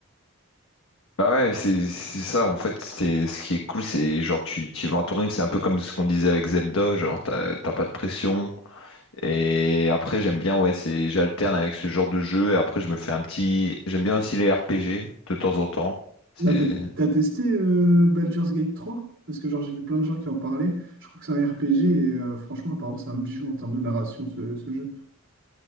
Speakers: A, on the left; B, on the right.
A: Bah ouais, c'est c'est ça, en fait, c'est ce qui est cool, c'est genre tu, tu vas en tourner, c'est un peu comme ce qu'on disait avec Zelda, genre t'as t'as pas de pression. Et après j'aime bien, ouais, c'est j'alterne avec ce genre de jeu, et après je me fais un petit. J'aime bien aussi les RPG de temps en temps. C'est.
B: Là, t'as, t'as testé euh, Baldur's Gate 3? Parce que, genre, j'ai vu plein de gens qui en parlaient. Je crois que c'est un RPG et euh, franchement, apparemment, c'est un bijou en termes de narration, ce, ce jeu.